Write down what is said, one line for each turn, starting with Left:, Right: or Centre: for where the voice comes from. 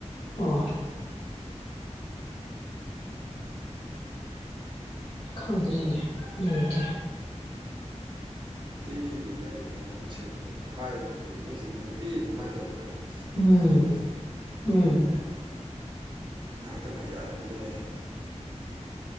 Left: ꯑꯣ ꯈꯪꯗ꯭ꯔꯦꯅꯦ ꯑꯗꯨꯗꯤ
Right: ꯅꯨꯡꯇꯤꯒꯤ ꯃꯩ ꯑꯗꯨꯃꯥꯏꯅ ꯁꯦꯝꯕꯗ ꯊꯥꯏ <unintelligible> ꯃꯤꯁꯤꯡꯁꯤ ꯅꯨꯡꯇꯤꯒꯤ ꯑꯗꯨꯃꯥꯏꯅ ꯇꯧꯗ꯭ꯔꯣ
Left: ꯎꯝ
Right: ꯃꯩ
Left: ꯎꯝ
Right: ꯑꯗꯨꯅ ꯌꯥꯏꯕꯅꯦ